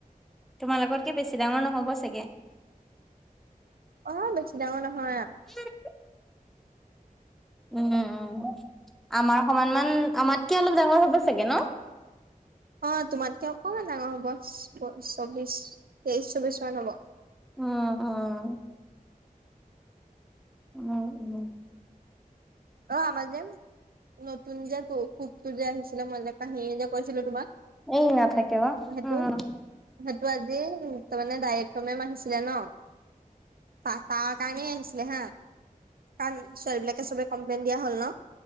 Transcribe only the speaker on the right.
অহ, বেছি ডাঙৰ নহয়।
অহ, তোমাতকে অকমান ডাঙৰ হ'ব, চৌবিশ তেইশ চৌবিশ মান হ'ব।
অহ, আমাৰ যে নতুন যে কুকটো যে আহিছিলে, মই যে কাহিনী যে কৈছিলোঁ তোমাক।
সেইটো
সেইটো আজি তাৰমানে ডাইৰেক্ট মেম আহিছিলে ন'। তাৰ-তাৰকাৰণে আহনিছিলে হা কাৰণ ছোৱালীবিলাকে কমপ্লেইন দিয়া হ'ল ন'